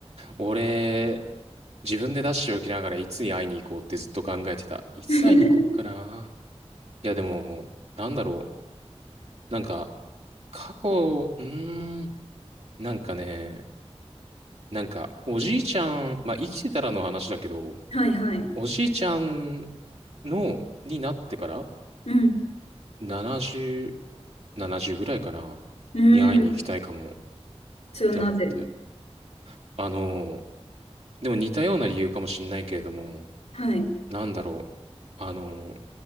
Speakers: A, on the right; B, on the left.
A: 俺、自分で出しておきながらいつに会いに行こうってずっと考えてた。いつ会いに行こっかな。
B: <laughs>
A: いや、でも、なんだろう。なんか、過去、うーん、なんかね、なんか、おじいちゃん、まあ、生きてたらの話だけど、
B: はいはい。
A: おじいちゃんの、になってから、
B: うん。
A: 70、70ぐらいかな、
B: うん。
A: に会いに行きたいかもっ
B: それはなぜ
A: て思って。あのー、でも似たような理由かもしれないけれども、
B: はい。
A: なんだろう。あのー、